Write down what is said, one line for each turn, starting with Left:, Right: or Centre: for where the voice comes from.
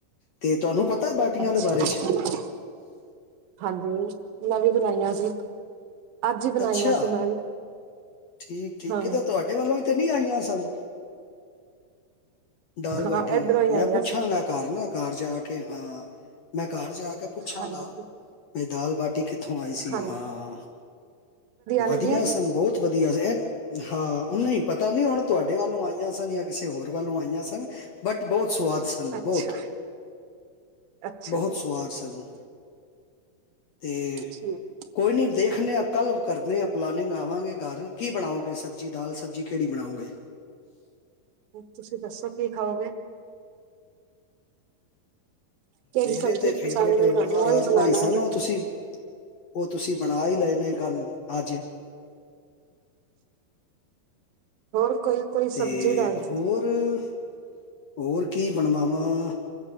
Left: ਤੇ ਤੁਹਾਨੂੰ ਪਤਾ ਬਾਟੀਆਂ
Right: ਅੱਛਾ
Left: ਦੇ ਬਾਰੇ 'ਚ
Right: ਹਾਂਜੀ ਮੈਂ ਵੀ ਬਣਾਈਆਂ ਸੀ। ਅੱਜ ਹੀ ਬਣਾਈਆਂ
Left: ਅੱਛਾ
Right: ਸੀ ਮੈਂ ਵੀ,
Left: ਠੀਕ ਠੀਕ
Right: ਹਾਂ
Left: ਕਿਤੇ ਤੁਹਾਡੇ ਵੱਲੋਂ ਹੀ ਤੇ ਨਹੀਂ ਆਈਆਂ ਸਨ। ਦਾਲ ਬਾਟੀ
Right: ਹਾਂ ਇੱਧਰੋਂ ਹੀ
Left: ਮੈਂ
Right: ਆਈਆਂ
Left: ਪੁੱਛਾਂਗਾ
Right: ਸੀ
Left: ਘਰ ਨਾ ਘਰ ਜਾ ਕੇ ਹਾਂ ਮੈਂ ਘਰ ਜਾ ਕੇ ਪੁੱਛਾਂਗਾ
Right: ਹਾਂਜੀ
Left: ਦਾਲ ਬਾਟੀ ਕਿੱਥੋਂ ਆਈ ਸੀ
Right: ਹਾਂਜੀ
Left: ਹਾਂ, ਵਧੀਆ
Right: ਲੱਗੀਆਂ ਸੀ
Left: ਸਨ ਬਹੁਤ ਵਧੀਆ ਐ ਹਾਂ ਨਹੀਂ ਪਤਾ ਨਹੀਂ ਹੁਣ ਤੁਹਾਡੇ ਵੱਲੋਂ ਆਈਆਂ ਸਨ ਜਾਂ ਕਿਸੇ ਹੋਰ ਵੱਲੋਂ ਆਈਆਂ ਸਨ ਬਟ ਬਹੁਤ ਸਵਾਦ ਸਨ
Right: ਅੱਛਾ
Left: ਬਹੁਤ
Right: ਅੱਛਾ
Left: ਬਹੁਤ
Right: ਜੀ
Left: ਸਵਾਦ ਸਨ। ਤੇ
Right: ਠੀਕ
Left: ਕੋਈ ਨੀ ਦੇਖਦੇ ਆਂ ਕੱਲ੍ਹ ਕਰਦੇ ਹਾਂ ਪਲਾਨਿੰਗ ਆਵਾਂਗੇ। ਕਲ ਕੀ ਬਣਾਓਗੇ ਸਬਜ਼ੀ ਦਾਲ ਸਬਜ਼ੀ ਕਿਹੜੀ ਬਣਾਓਗੇ।
Right: ਤੁਸੀਂ ਦੱਸੋ ਕੀ ਖਾਓਗੇ। ਕਿਹੜੀ
Left: ਮੇਰੇ
Right: ਸਬਜ਼ੀ
Left: ਤੇ ਫੇਵਰੇਟ
Right: ਪਸੰਦ ਹੈ ਤੁਹਾਨੂੰ
Left: ਮਾਹ ਰਾਜਮਾ
Right: ਉਹੀ ਬਣਾ
Left: ਈ
Right: ਲਾਂਗੇ
Left: ਸਨ ਉਹ ਤੁਸੀਂ ਉਹ ਤੁਸੀਂ ਬਣਾ ਹੀ ਲਏ ਨੇ ਕੱਲ ਅੱਜ
Right: ਹੋਰ ਕੋਈ ਕੋਈ
Left: ਤੇ
Right: ਸਬਜ਼ੀ ਦਸ ਦਓ।
Left: ਹੋਰ ਹੋਰ ਕੀ ਬਣਵਾਵਾਂ।